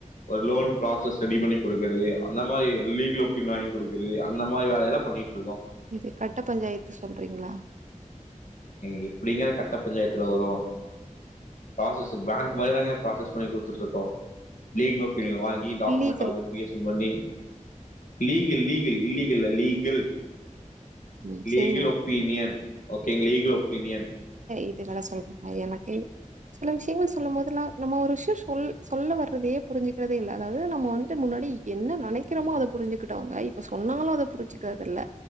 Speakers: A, on the left; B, on the right.
A: ஒரு லோன் பசஸ் ரெடி பண்ணிடுக்கது அந்த மாதிரி லீல் ஒப்ப வாங்கி குடுக்குிறது அந்த மாதிரி வேலைாம் பண்ணிட்டு இருக்கோம்
B: இது கட்ட பஞ்சாயத்து சொல்றீங்க
A: இ அப்படிங்க கட்ட பஞ்சாயத்துல வரும் ப்ரோஸ்ஸஸ் பேங்க் மாதிரி தான்கா ப்ரோஸ்ஸஸ் பண்ணி கொடுத்துட்டு இருக்கோம் வாங்கி டாக்குமெண்ட்
B: இல்லீகல்
A: அவங்க பிகேஷ் பண்ணி லீகல் லீகல் இல்லீகல் அ லீகல்
B: உம்
A: லீகல்
B: சரிங்க
A: ஒப்பீனியன் ஓகே லீக லீகல் ஒபீனியன்
B: இது வேளை சொல்றாங்க எனக்கு சில விஷயங்கள் சொல்லும் போதெல்லாம் நம்ம ஒரு விஷயம் சொ சொல்ல வர்றதையே புரிஞ்சுக்கிறதே இல்லலை அதாவது நம்ம வந்துட்டு முன்னாடி என்ன நினைக்கிறோமோ அதை புரிஞ்சுகிட்டவங்க இப்ப சொன்னாலும் அதை புரிஞ்சுக்கிறது இல்ல